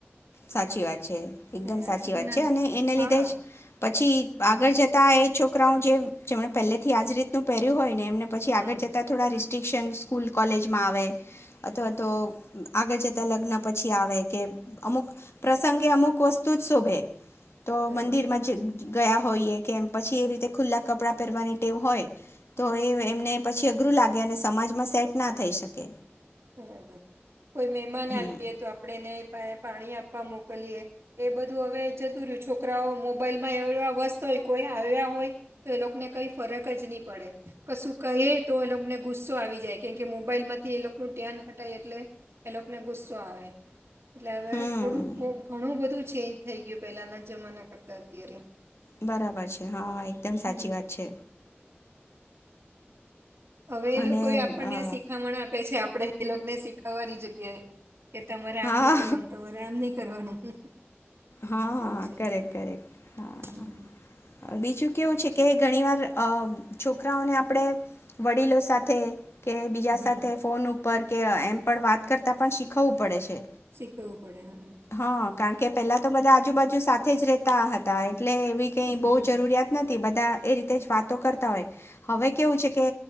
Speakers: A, on the left; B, on the right.
A: સાચી વાત છે એકદમ
B: આ
A: સાચી
B: બધું
A: વાત
B: ના
A: છે અને એને
B: હા
A: લીધે જ પછી આગળ જતા એ છોકરાઓ જે જેમણે પહેલે થી આજ રીતનું પહેર્યું હોય એમને પછી
B: હા
A: આગળ જતા થોડા રેસ્ટ્રીક્શન સ્કૂલ કોલેજમાં આવે અથવા તો આગળ જતાં લગ્ન પછી આવે કે અમુક પ્રસંગે અમુક વસ્તુ જ શોભે. તો
B: બરાબર
A: મંદિર માં જે ગયા હોઈએ કેમ પછી એવી રીતે ખુલ્લા કપડાં પહેરવાની ટેવ હોય. તો એ એમને પછી અઘરું લાગે અને સમાજમાં સેટ ના થઈ શકે.
B: <inaudible> કોઈ મહેમાન
A: હમ
B: આવીએ તો આપણે એને એ પાણી આપવા મોકલીએ એ બધું હવે જતું રહ્યું છોકરાઓ મોબાઈલમાં એવ એવા વસ્ત હોય કોઈ આવ્યા હોય તો એ લોકોને કંઈ ફરક જ નહીં પડે કશું કહી તો એ લોકોને ગુસ્સો આવી જાય કેમ કે મોબાઈલમાંથી એ લોકો નું ધ્યાન હટાય એટલે એ લોકોને ગુસ્સો આવે. એટલે હવે
A: હમ
B: થોડુંક ઘણું બધું ચેન્જ થઈ ગયું પહેલાંના જમાના કરતાં અત્યારે.
A: બરાબર છે હા એકદમ સાચી
B: હમ.
A: વાત છે.
B: હવે એ
A: અને
B: લોકો એ આપણને
A: અ,
B: શિખામણ આપે છે આપણે એ લોકેને શીખવાવાળની જગ્યાએ. કે તમારે
A: હા
B: આમ નહી કરવાનું તમારે આમ નહી કરવાનું. <unintelligible>
A: હા
B: એવું
A: હ
B: છે
A: કરેક
B: બધું
A: કરેક હા
B: હમ
A: બીજું કેવું છે કે ઘણી વાર છોકરાઓને આપણેે વડીલો સાથે કે બીજા
B: હમ
A: સાથે ફોન ઉપ ઉપર કે એમ પણ વાત કરતાં પણ શીખવવું પડે છે.
B: શીખવવું પડે હમ.
A: હા કારણ કે, પેહેલા તો બધાં આજુબાજુ સાથે જ રેતા હતા એ એટલે એવી કઈ
B: હમ
A: બહુ જરૂરિયાત નથી બધ બધાં એ રીતે જ વાતો કરતા હોય, હવે કેવું છે કે